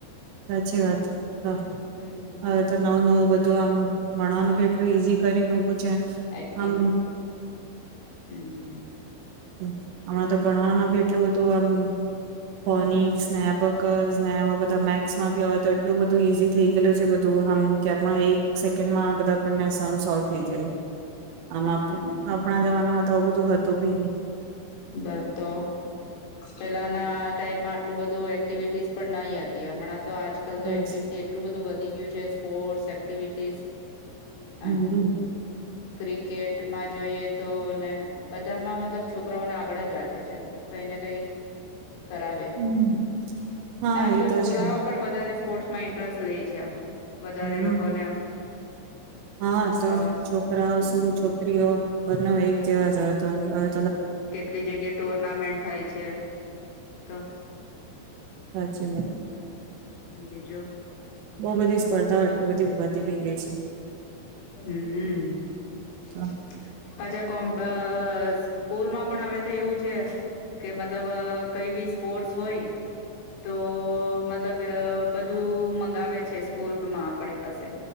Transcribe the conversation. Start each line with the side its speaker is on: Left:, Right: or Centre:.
Right: સાચી વાત તો
Left: હમ
Right: હવે તો નવું નવું બધું આમ ભણવાનું બી એટલું ઈઝી કરી છે
Left: એક્ટિવિટી
Right: આમ
Left: હમ
Right: <unintelligible> ભણવાનું બી એટલું બધું આમ ફનિકસને એપકસ ને એવા બધાં મેક્સમાં બી હવેતો એટલું બધું ઈઝી થઈ ગેલું છે બધું આમ કે એપમાં એક સેકન્ડમાં બધાં આપણને સોલ થઈ જાય. આમ
Left: હમ
Right: આપણા જમાનામાં તો આવું બધું હતું બી નહી.
Left: બસ તો પેલાના ટાઈમમાં આટલું બધું એક્ટિવિટીસ પણ નહી હતી હમણાં તો આજકલતો
Right: બસ
Left: એક્ટિવિટી એટલું બધું વધી ગયું છે સ્પોર્ટ્સ એક્ટિવિટીસ. પાન
Right: હમ
Left: ક્રિકેટમાં જોઈએ તોને બધામાં મતલબ છો છોકરાઓને આગળ જ રાખે છે એમ. કઈને કઈ કરાવે
Right: હમ
Left: એમ
Right: હા
Left: ને આજકાલ
Right: એ તો
Left: છોકરાઓ
Right: છે
Left: પણ વધારે સ્પોર્ટ્માં ઇન્ટરેસ્ટ લે છે આમ. વધારે
Right: હમ
Left: લોકોને આમ.
Right: હા, તો
Left: હમ
Right: છોકરાઓ શું છોકરીઓ બંનેવ એક જેવા જ અવેતો અવે
Left: કેટલી જગ્યા ટુર્નામેન્ટ થાય છે તો
Right: સાચી વાત
Left: બીજું
Right: <unintelligible> બો બધી સ્પર્ધાઓ
Left: બોલો
Right: એટલી બધી ઉભાતી બી. ગઈ
Left: હમ, <inaudible>
Right: છે
Left: પાછા કોમબા અ સ્કૂલમાં પણ હવે તો એવું છે કે મતલબ કઈ બી સ્પોર્ટસ હોય તો મતલબ બધું મંગાવે છે સ્કૂલમાં આપણી પાસે.